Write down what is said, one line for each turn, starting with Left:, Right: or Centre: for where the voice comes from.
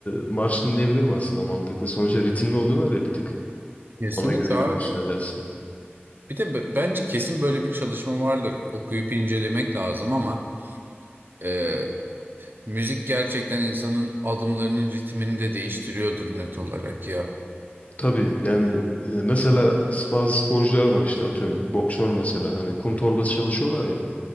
Left: marş dinleyebilirim aslında mantıklı. Sonuçta ritimli oluyorlar ya bir tık.
Right: Kesinlikle
Left: Ona göre yürürsün
Right: abi.
Left: edersin.
Right: Bir de b- bence kesin böyle bir çalışma vardır. Okuyup incelemek lazım ama e, müzik gerçekten insanın adımlarının ritmini de değiştiriyordur net olarak ya.
Left: Tabii yani e, mesela bazı sporcular var işte atıyorum boksör mesela hani kum torbası çalışıyorlar ya.